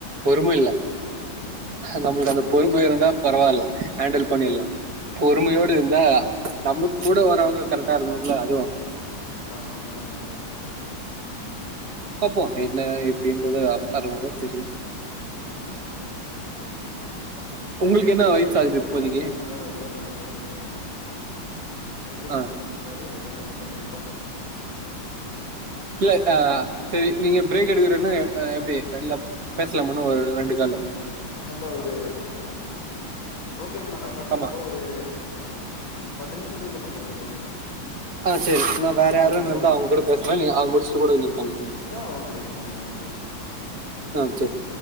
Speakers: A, on the right (about 55°); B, on the left (about 80°).
A: பொறுமை இல்ல
B: ம் ம்
A: நம்மளுக்கு அந்த பொறுமை இருந்தா பரவாயில்ல ஹேண்டில் பண்ணிடலாம் பொறுமையோடு
B: ம்
A: இருந்தா நம்ம கூட வாரவுங்க கரெக்ட்டா இருக்கணும்ல அதுவும்
B: ஆமா ஆமா நம்ம
A: பாப்போம் என்ன எப்படின்றது அப்பறமா தான் தெரியும்
B: ஓகேங்க
A: <inaudible> உங்களுக்கு என்ன
B: சேரி
A: வயசு
B: நண்பா
A: ஆகுது இப்போதைக்கு
B: உங்க கூட பேசுனதுல ரொம்ப சந்தோஷம் நண்பா மீண்டும்
A: ஆ
B: சந்திக்கும் வரை உங்கள் நண்பண் நண்பா
A: இல்ல ஆஹ் செரி நீங்க பிரேக் எடுக்கறேன்னு எப்படி இல்ல பேசலாம்ண்ணும் ஒரு ரெண்டு இல்ல
B: டிஃபரெண்டா ஒரு ஓகே நண்பா நான் பண்றேன்
A: ஆமா
B: நண்பா ஒரு பத்து நிமிஷம் கழிச் பண்றேன் நண்பா
A: ஆஹ் செரி நான் வேற யாராவது
B: ஓகே நண்பா
A: இருந்தா
B: உங்கள்
A: அவுங்க கூட பேசுறேன் நீ அத முடிச்சுட்டு கூட நீங்க கால் பண்ணுங்க
B: ஆ ஓகே ஓகே நண்பா நன்றி நண்பா
A: ஆஹ் செரி